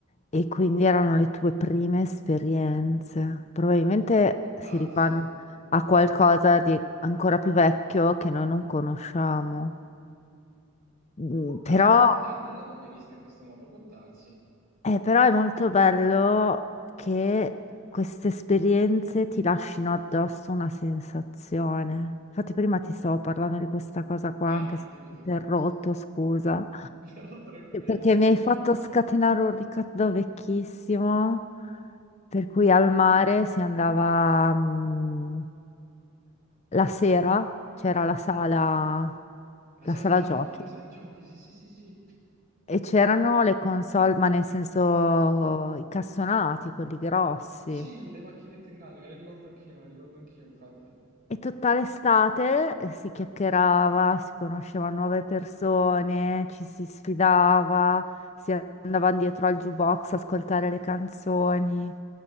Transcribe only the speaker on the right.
Può darsi,
Può darsi,
può darsi, non l'avevo mai vista in questo modo, può darsi.
Vai,
dimmi
tutto.
<laughs>
No, tranquilla.
La
sala
giochi,
la sala giochi, sì, sì, sì, sì.
Sì, le macchinette grandi, me le ricordo anch'io, me le ricordo anch'io, infatti.